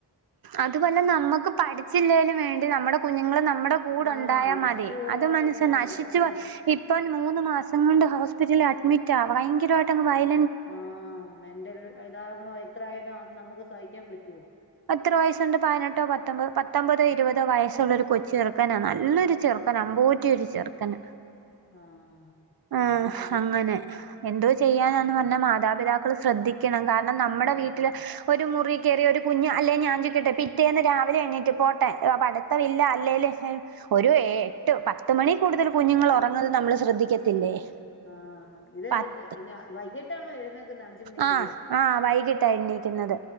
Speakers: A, on the right; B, on the left.
A: അതു വല്ല നമ്മക്ക് പഠിച്ചില്ലേലും വേണ്ടില്ല നമ്മുടെ കുഞ്ഞുങ്ങള് നമ്മുടെ കൂടെ
B: ആഹ്
A: ഉണ്ടായ
B: നശിച്ചു
A: മതി
B: പോകാതിരുന്നാ
A: അത് മനസ് നശിച്ചു
B: മതി അതെ
A: ഇപ്പ മൂന്ന് മാസം കൊണ്ട് ഹോസ് പിറ്റിൽ അഡ്മിറ്റാ ഭയങ്കരമായിട്ടങ്ങ് വയ്യാ
B: ആഹ് അമ്മന്റെ ഒരു ഇതാവ്മ്പോ എത്രായാലും നമുക്ക് സഹിക്കാൻ പറ്റോ
A: എത്ര വയസ്ണ്ട് പതിനെട്ടോ പത്തൊമ്പ പത്തൊമ്പതോ ഇരുപതോ വയസ് ള്ളൊരു കൊച്ച് ചെറുക്കനാ നല്ലൊരു ചെറുക്കൻ അമ്പോറ്റിയ ഒരു ചെറുക്കൻ
B: ആഹ്
A: ആഹ്
B: എന്ത് ചെയ്യാനാ
A: അങ്ങനെ എന്ത് ചെയ്യാനാന്ന് പർഞ്ഞ മാതാപിതാക്കള് ശ്രദ്ധിക്കണം കാ ണം. നമ്മുടെ
B: ആഹ്
A: വീട്ടിലെ ഒരു മുറി കേറിയ ഒരു കുഞ് അല്ലെ ഞാൻ ചോയ്ക്കട്ടെ പിറ്റേന്ന് രാവിലെ എണ്ണീറ്റ് പോട്ടെ അപ അടുത്തവില്ല അല്ലേല് എഹ് ഒരു ഏട്ട് പത്ത് മണി കൂടുതൽ കുഞ്ഞുങ്ങൾ ഒറങ്ങല് നമ്മള് ശ്രദ്ധിക്ക പിന്നേഹ്
B: ആഹ് ഇത്
A: പത്
B: പിന്നെ വൈകിട്ടാണോ എഴുന്നേക്കുന്നത് അഞ്ച് മണിക്കൊക്കെ
A: ആഹ് ആഹ് വൈകിട്ടാ എണ്ണിക്കുന്നത്.